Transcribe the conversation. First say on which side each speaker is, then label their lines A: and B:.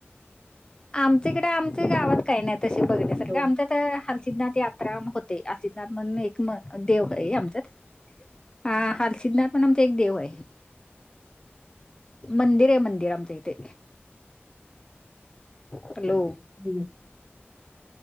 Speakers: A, on the left (about 20°); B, on the right (about 20°).
A: आमच्याकडे आमच्या गावात काही नाही तशे बघण्यासारखे
B: हो
A: आमच्यात तर हारसिदनाथ यात्रा होते, हारसिदनाथ म्हणून एक देव आहे आमच्यात हा हारसिदनाथ पण आमचा एक देव आहे. मंदिर आहे मंदिर आमच्या इथे हॅलो
B: बिल <unintelligible>